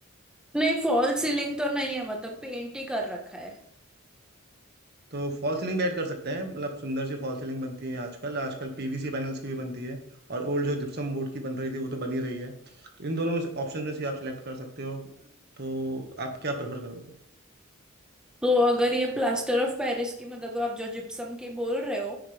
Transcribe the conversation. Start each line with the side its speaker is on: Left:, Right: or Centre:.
Centre: नहीं फॉल सीलिंग तो नहीं है मतलब पेंट ही कर रखा है
Right: तो फॉल सीलिंग भी ऐड कर सकते हैं मतलब सुंदर सी फॉल सीलिंग बनती है आजकल आजकल पीवीसी पैनल्स की भी बनती है और ओल्ड जो जिप्सम बोर्ड की बन रही थी वो तो बनी रही है तो इन दोनों ऑप्शन में से आप सिलेक्ट कर सकते हो तो आप क्या प्रेफर करोगे
Centre: तो अगर ये प्लास्टर ऑफ पेरिस की मतलब आप जो जिप्सम की बोल रहे हो